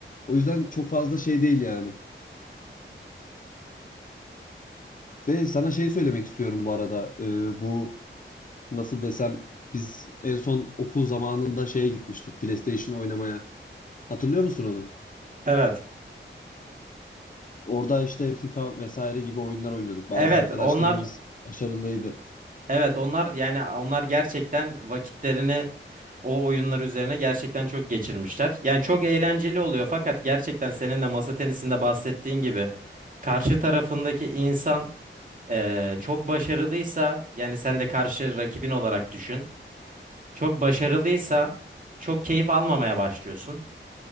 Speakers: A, on the left; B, on the right.
A: O yüzden çok fazla şey değil yani. Ve sana şey söylemek istiyorum bu arada. Ee, bu nasıl desem biz en son okul zamanında şeye gitmiştik PlayStation oynamaya. Hatırlıyor musun onu?
B: Evet.
A: Orada işte FIFA vesaire gibi oyunlar oynuyorduk. Bazı
B: Evet,
A: arkadaşlarımız
B: onlar
A: başarılıydı.
B: Evet onlar yani onlar gerçekten vakitlerini o oyunlar üzerine gerçekten çok geçirmişler. Yani çok eğlenceli oluyor fakat gerçekten senin de masa tenisinde bahsettiğin gibi karşı tarafındaki insan eee, çok başarılıysa yani sen de karşı rakibin olarak düşün. Çok başarılıysa çok keyif almamaya başlıyorsun.